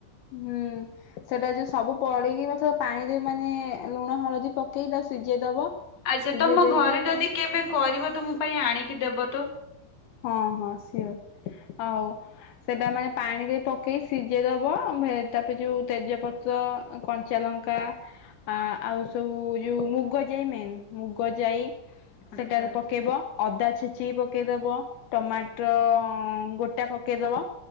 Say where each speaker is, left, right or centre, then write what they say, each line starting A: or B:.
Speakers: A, on the left (about 75°); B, on the left (about 30°).
A: ହୁଁ। ସେଟା ଯୋଉ ସବୁ ପଡିକି ମ ପାଣିରେ ମାନେ ଲୁଣ ହଳଦୀ ପକେଇ ତାକୁ ସିଝେଇ ଦବ।
B: ଆଚ୍ଛା
A: ସିଝେଇ
B: ତମ
A: ଦେଇକି
B: ଘରେ ଯଦି କେବେ କରିବ ତ ମୋ ପାଇଁ ଆଣିକି ଦେବ ତ।
A: ହଁ ହଁ ସିଓର ଆଉ ସେଟା ମାନେ ପାଣିରେ ପକେଇ ସିଝେଇ ଦବ ତାପରେ ଯୋଉ ତେଜପତ ତ୍ର କଞ୍ଚା ଲଙ୍କା ଆ ଆଉ ସବୁ ଯୋଉ ମୁଗ ଯାଇ ମେନ୍ ମୁଗ ଯାଇ
B: ଆଚ୍ଛା।
A: ସେଟାରେ ପକେଇବ ଅଦା ଛେଚିକି ପକେଇଦବ। ଟମାଟର ଗୋଟା ପକେଇଦବ।